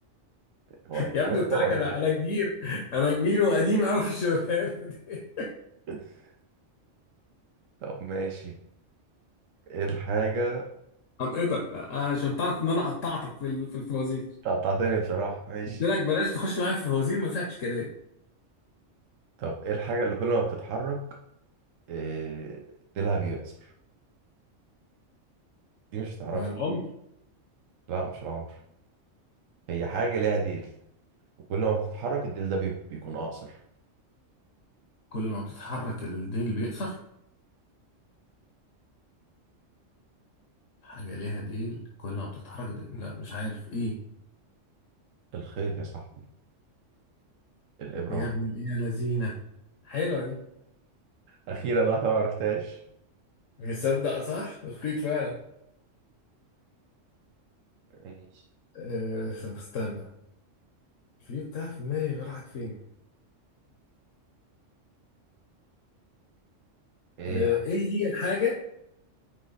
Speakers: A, on the right (about 85°); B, on the left (about 75°).
A: هو انت
B: يا ابني
A: عارفها
B: قلت لك
A: ولا
B: انا انا كبير انا كبير وقديم قوي في الشغلانه دي
A: <laughs> طب ماشي ايه الحاجة
B: هنقطعك عشان تعرف ان انا قطعتك في ال- في الفوازير
A: قطعتني بصراحة ماشي
B: قلت لك بلاش تخش معايا في الفوازير ما فيهاش كلام
A: طب ايه الحاجة اللي كل ما بتتحرك آه، ديلها بيقصر دي مش هتعرفها
B: مع العمر
A: لا مش العمر هي حاجة ليها ديل وكل ما بتتحرك الديل ده بي- بيكون أقصر
B: كل ما بتتحرك الديل بيقصر حاجة ليها ديل كل ما بتتحرك ديل. لا مش عارف ايه
A: الخيط يا صاحبي الإبرة
B: يا
A: والخيط
B: ابن الايه لذينة حلوة دي
A: أخيرا واحدة ما عرفتهاش
B: نصدق صح اخيط فعلا
A: ماشي
B: أه طب استنى في بتاع في دماغي راحت فين
A: إيه
B: آه، ايه هي الحاجه